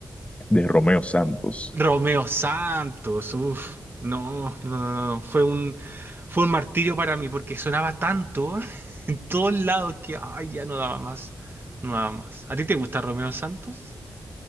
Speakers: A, on the left (about 15°); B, on the right (about 30°).
A: de Romeo Santos.
B: Romeo Santos, uff, no, no, no, no, no, fue un, fue un martirio para mí porque sonaba tanto <laughs> en todos lados que, ay, ya no daba más, no daba más. ¿A ti te gusta Romeo Santos?